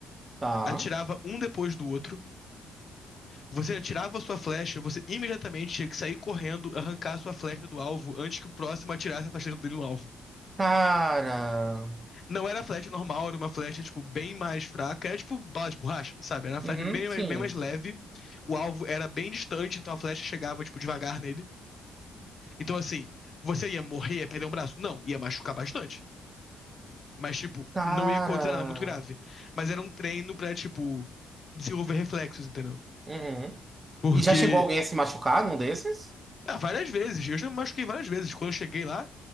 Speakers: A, on the right (about 25°); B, on the left (about 45°).
A: Tá.
B: atirava um depois do outro. Você atirava a sua flecha, você imediatamente tinha que sair correndo, arrancar a sua flecha do alvo antes que o próximo atirasse a flecha dele no alvo.
A: Cara.
B: Não era flecha normal, era uma flecha, tipo, bem mais fraca. Era tipo bala de borracha, sabe? Era uma flecha
A: Uhum,
B: bem
A: sim.
B: mais, bem mais leve. O alvo era bem distante, então a flecha chegava, tipo, devagar nele. Então, assim, você ia morrer, ia perder um braço? Não, ia machucar bastante. Mas, tipo,
A: Cara.
B: não ia acontecer nada é muito grave. Mas era um treino pra, tipo, desenvolver reflexos, entendeu?
A: Uhum.
B: Porque,
A: E já chegou alguém a se machucar num desses?
B: ah, várias vezes, eu já me machuquei várias vezes. Quando eu cheguei lá,